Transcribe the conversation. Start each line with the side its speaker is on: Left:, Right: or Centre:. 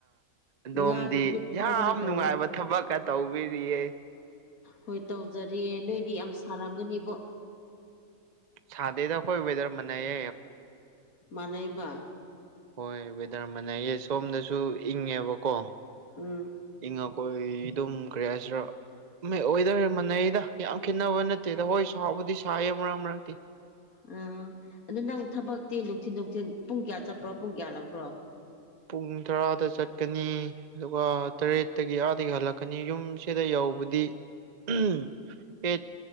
Right: ꯑꯗꯣꯝꯗꯤ
Left: ꯉꯥꯒ ꯌꯦꯛꯈꯥꯏꯗꯅ
Right: ꯌꯥꯝ
Left: ꯇꯧꯋꯤ
Right: ꯅꯨꯡꯉꯥꯏꯕ ꯊꯕꯛꯀ ꯇꯧꯕꯤꯔꯤꯌꯦ
Left: ꯍꯣꯏ ꯇꯧꯖꯔꯤꯌꯦ ꯅꯣꯏꯗꯤ ꯌꯥꯝ ꯁꯥꯔꯝꯒꯅꯤꯕꯣ
Right: ꯁꯥꯗꯦꯗ ꯑꯩꯏ ꯋꯦꯊꯤꯔ ꯃꯅꯥꯌꯦ
Left: ꯃꯅꯩꯕ
Right: ꯍꯣꯏ ꯋꯦꯗꯔ ꯑꯃꯅꯩꯌꯦ ꯁꯣꯝꯗꯁꯨ ꯏꯪꯉꯦꯕꯀꯣ
Left: ꯎꯝ
Right: ꯏꯈꯣꯏ ꯑꯗꯨꯝ ꯀꯌꯥꯁꯤꯔ ꯃꯥꯏ ꯋꯦꯗꯔ ꯃꯥꯟꯅꯩꯗ ꯌꯥꯝ ꯈꯦꯠꯅꯕ ꯅꯠꯇꯦꯗ ꯍꯣꯏ ꯁꯥꯎꯕꯨꯗꯤ ꯁꯥꯏꯌꯦ ꯃꯔꯛ ꯃꯔꯛꯇꯤ
Left: ꯑꯥ ꯑꯗꯨꯗꯣ ꯅꯪ ꯊꯕꯛꯇꯤ ꯅꯨꯡꯊꯤꯟ ꯅꯨꯡꯊꯤꯟ ꯄꯨꯡ ꯀꯌꯥ ꯆꯠꯄ꯭ꯔꯣ ꯄꯨꯡ ꯀꯌꯥ ꯂꯛꯄ꯭ꯔꯣ
Right: ꯄꯨꯡ ꯇꯔꯥꯗ ꯆꯠꯀꯅꯤ ꯑꯗꯨꯒ ꯇꯔꯦꯠꯇꯒꯤ ꯑꯥꯗꯒꯤ ꯍꯜꯂꯛꯀꯅꯤ ꯌꯨꯝꯁꯤꯗ ꯌꯧꯕꯗꯤ ꯑꯩꯠ